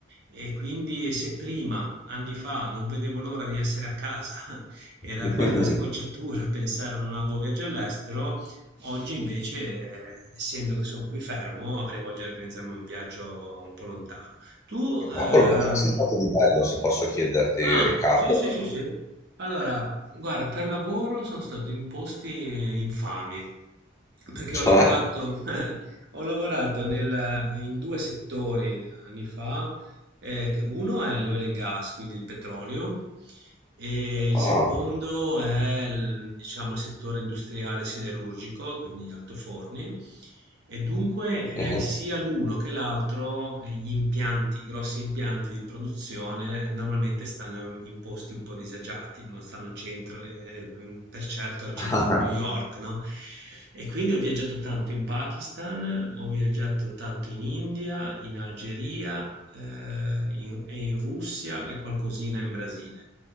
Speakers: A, on the right; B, on the left.
A: E quindi se prima Anni fa non vedevo l'ora di essere a casa, <laughs> era
B: Mm.
A: quasi una scocciatura pensare a un nuovo viaggio all'estero. Oggi invece, eh, essendo che sono qui fermo, avrei voglia di organizzarmi un viaggio un po' lontano. Tu, ehm,
B: Cavolo, ma dove sei stato di bello, se posso chiederti,
A: ah,
B: Riccardo?
A: sì, sì, sì, sì. Allora, guarda, per lavoro sono stato in posti infami, perché
B: Cioè?
A: ho lavorato, <laughs> ho lavorato nel- in due settori anni fa eh, che uno è l'oil and gas, quindi il petrolio, e il
B: Ah,
A: secondo è il, diciamo, il settore industriale siderurgico, quindi gli altoforni, e dunque
B: mhm.
A: eh, sia l'uno che l'altro, eh, gli impianti, i grossi impianti di produzione normalmente stanno in posti un po' disagiati, non stanno al centro, eh, per certo al centro
B: <laughs>
A: di New York, no? E quindi ho viaggiato tanto in Pakistan, ho viaggiato tanto in India, in Algeria eh, in- e in Russia e qualcosina in Brasile,